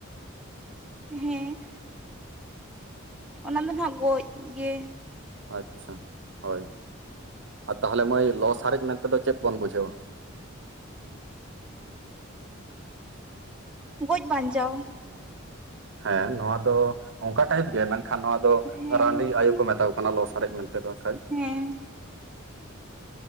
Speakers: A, in the centre; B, on the right.
A: ᱦᱮᱸ ᱚᱱᱟ ᱫᱚ ᱱᱟᱜ ᱜᱚᱡ ᱜᱮ
B: ᱟᱪᱪᱷᱟ ᱦᱳᱭ ᱟᱨ ᱛᱟᱦᱚᱞᱮ ᱢᱟᱹᱭ ᱞᱚᱥᱟᱨᱮᱡ ᱢᱮᱱᱛᱮᱫᱚ ᱪᱮᱫ ᱵᱚᱱ ᱵᱩᱡᱷᱟᱹᱣᱟ?
A: ᱜᱚᱡ ᱵᱟᱧᱪᱟᱣ
B: ᱦᱮᱸ ᱱᱚᱣᱟ ᱫᱚ ᱚᱱᱠᱟ ᱴᱟᱭᱤᱯ ᱜᱮ ᱢᱮᱱᱠᱷᱟᱱ ᱱᱚᱣᱟ ᱫᱚ
A: ᱦᱮᱸ
B: ᱨᱟᱱᱰᱤ ᱟᱭᱩ ᱠᱚ ᱢᱮᱛᱟ ᱠᱚ ᱠᱟᱱᱟ ᱞᱚᱥᱟᱨᱮᱡ ᱢᱮᱱᱛᱮᱫᱚ ᱟᱠᱷᱟᱡ
A: ᱦᱮᱸ